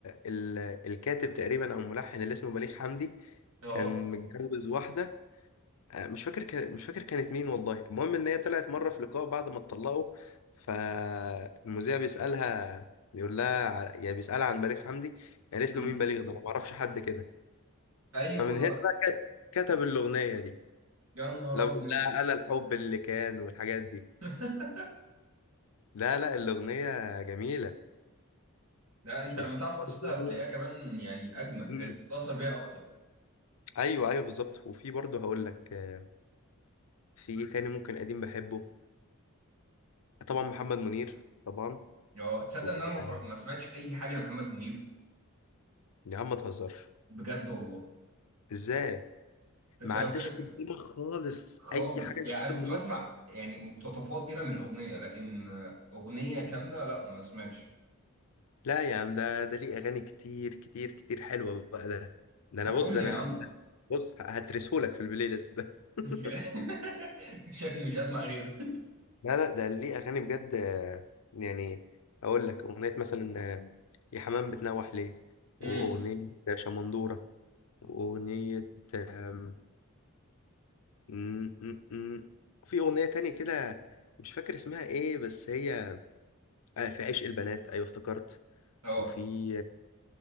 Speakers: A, on the left (about 80°); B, on the right (about 80°).
A: ال... الكاتب تقريبا او الملحن اللي اسمه بليغ حمدي
B: اه
A: كان متجوز واحده آه، مش فاكر كان... مش فاكر كانت مين والله المهم ان هي طلعت مره في لقاء بعد ما اتطلقوا فالمذيع بيسالها بيقول لها ع- يعني بيسالها عن بليغ حمدي قالت
B: امم
A: له مين بليغ ده انا ما اعرفش حد كده
B: ايوه
A: فمن هنا بقى ك- كتب الاغنيه دي
B: يا نهار
A: لو بيقول
B: ابيض
A: لها انا الحب اللي كان والحاجات دي
B: <laughs>
A: لا لا الاغنيه جميله
B: لا انت
A: وفي
B: لما تعرف قصتها
A: برضه
B: هتلاقيها كمان يعني اجمد
A: مم.
B: تتاثر بيها اكتر
A: ايوه ايوه بالظبط وفي برضه هقول لك آه، في ايه تاني ممكن قديم بحبه طبعا محمد منير طبعا
B: يا تصدق
A: طب-
B: ان انا ما اتفرج-
A: آه،
B: ما سمعتش اي حاجه لمحمد منير
A: يا عم ما تهزرش
B: بجد والله
A: ازاي
B: انت
A: ما عداش
B: لو كده تحكي
A: قدامك خالص
B: خالص
A: اي حاجه لمحمد
B: يعني انا كنت
A: منير
B: بسمع يعني مقتطفات كده من الاغنيه لكن آه، اغنيه كامله لا ما سمعتش
A: لا يا عم ده ده ليه اغاني كتير كتير كتير حلوه بقى ده ده
B: طب
A: انا بص
B: قول
A: ده
B: لي
A: انا
B: يا عم
A: بص هترسهولك في البلاي ليست ده <laughs>
B: <laughs> شكلي مش هسمع غيره
A: لا لا ده ليه اغاني بجد آه، يعني اقول لك اغنيه مثلا آه، يا حمام بتنوح ليه
B: امم
A: واغنيه شمندوره واغنيه آم، م- م- م. في اغنيه تانية كده مش فاكر اسمها ايه بس هي آه، في عشق البنات ايوه افتكرت
B: اه
A: وفي